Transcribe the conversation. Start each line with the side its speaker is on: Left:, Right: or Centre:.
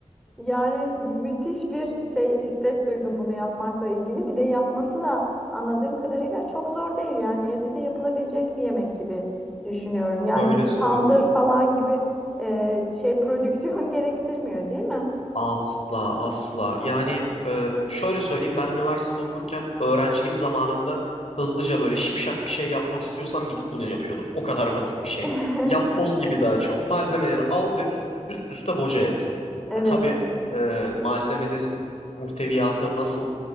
Centre: yani müthiş bir şey istek duydum bunu yapmakla ilgili. Bir de yapması da anladığım kadarıyla çok zor değil yani evde de yapılabilecek bir yemek gibi düşünüyorum. Yani
Left: Böyle
Centre: bir
Left: söyleyeyim.
Centre: tandır falan gibi e, şey prodüksiyon <laughs> gerektirmiyor değil mi?
Left: Asla asla. Yani e, şöyle söyleyeyim ben üniversite okurken öğrencilik zamanımda hızlıca böyle şipşak bir şey yapmak istiyorsam gidip bunu yapıyordum. O kadar basit bir şey.
Centre: <laughs>
Left: Yapboz gibi daha çok. Malzemeleri al ve üst, üst üste boca et.
Centre: Evet,
Left: Ha, tabii e, malzemelerin muhteviyatını nasıl